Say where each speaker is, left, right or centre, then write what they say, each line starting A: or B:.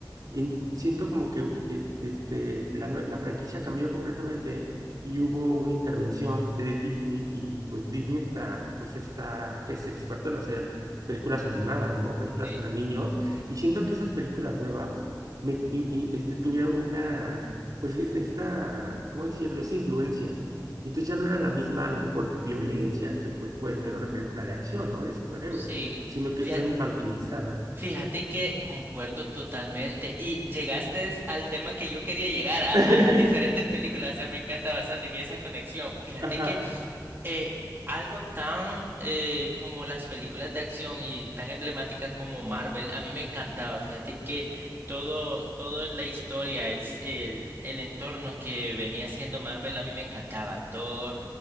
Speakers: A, on the right; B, on the right.
A: en- siento como que eh, este, la, nue- la franquicia cambió completamente y hubo una intervención de Disney y pues Disney está, pues está, que es experto en hacer películas animadas, ¿no? Películas
B: Sí,
A: para niños. Y siento que esas películas nuevas me, y- y, este, tuvieron una, pues es- esta, ¿cómo decirlo? Esa influencia. Y entonces ya no era la misma, a lo mejor, violencia que pues puedes ver en una película de acción, ¿no? De superhéroes,
B: sí.
A: sino que
B: Fíjate,
A: está infantilizada.
B: fíjate que concuerdo totalmente y llegaste al tema que yo quería llegar a,
A: <laughs>
B: a las diferentes películas, o sea, me encanta bastante que esa conexión. Fíjate
A: Ajá.
B: que eh, algo tan eh, como las películas de acción y tan emblemática como Marvel, a mí me encantaba. Fíjate que todo, toda la historia, el, s- el, el entorno que venía siendo Marvel, a mí me encantaba. Thor,